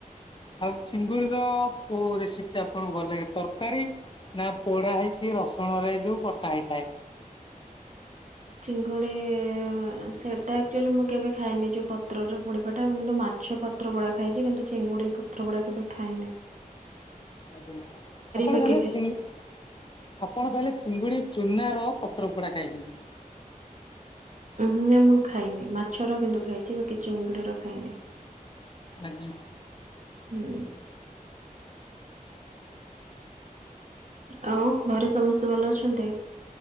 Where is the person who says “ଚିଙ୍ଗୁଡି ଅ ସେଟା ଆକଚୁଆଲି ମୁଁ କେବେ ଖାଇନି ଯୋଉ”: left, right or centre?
Right